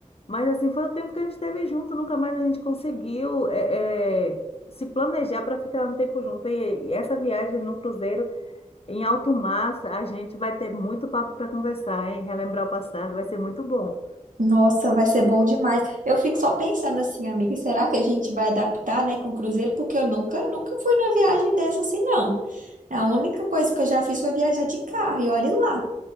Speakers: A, on the left (about 50°); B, on the right (about 80°).
A: Mas assim foi o tempo que a gente esteve junto, nunca mais a gente conseguiu é, é, se planejar para ficar um tempo junto. E, e essa viagem no cruzeiro em alto mar, a gente vai ter muito papo para conversar, hein? Relembrar o passado vai ser muito bom.
B: Nossa, vai ser bom demais. Eu fico só pensando assim, amiga, será que a gente vai adaptar, né, com o cruzeiro? Porque eu nunca, nunca fui numa viagem dessa assim, não. A única coisa que eu já fiz foi viajar de carro, e olhe lá.